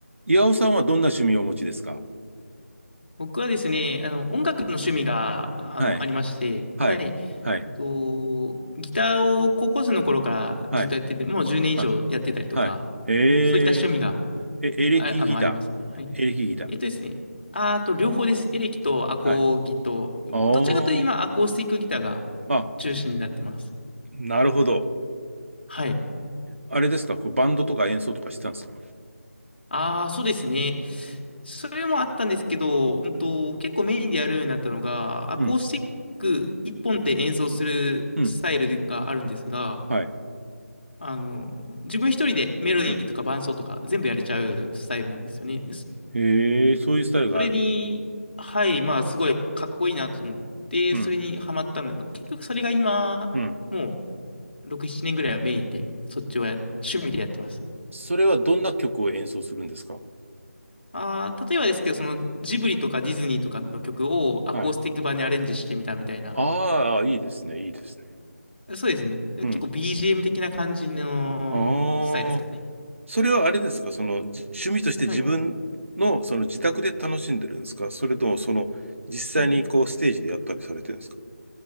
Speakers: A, on the right; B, on the left.
A: 岩尾さんはどんな趣味をお持ちですか
B: 僕はですね、あの、音楽の趣味が、あの、
A: はい。
B: ありまして、
A: はい。
B: はい。
A: はい。
B: えっと、ギターを高校生の頃からずっとやってて、
A: はい。
B: もう10年以上やってたりとか、
A: はい。はい。え
B: あのそういった趣味が、
A: ー、え、エレキギタ
B: あ、あの、ありますね。はい。
A: ー。エレキギター。
B: えっとですね、ああと、両方です。エレキとアコギと、
A: はい。あー。
B: どちらかというと今、アコースティックギターが
A: まあ、
B: 中心になってます。
A: なるほど。
B: はい。
A: あれですかこうバンドとか演奏とかしてたんですか
B: ああ、そうですね。それもあったんですけど、うんと、結構メインでやるようになったのが、アコースティック一本で演奏するスタイルがあるんですが、
A: うん。うん。はい。
B: あの、自分一人でメロディーとか伴奏とか全部やれちゃうスタイルなんですよね。
A: うん。
B: そ
A: へえ、そういうスタイルがある。
B: それに、はい、まあすごいかっこいいなと思って、
A: うん。
B: それにハマったんで、結局それが今、
A: うん。
B: もう6、7年ぐらいはメインで、そっちをや、趣味でやってます。
A: それはどんな曲を演奏するんですか
B: ああ、例えばですけど、そのジブリとかディズニーとかの曲をアコースティック版にアレンジしてみたみたいな
A: はい。ああ、いいですね。いいですね。
B: そうですね。結構
A: うん。
B: BGM 的な感じのスタイルですかね。
A: ああ。それはあれですか、そのじ趣味として自分のその自宅で楽しんでるんですか、
B: はい。
A: それともその実際にこうステージでやったりされてるんですか。
B: うん。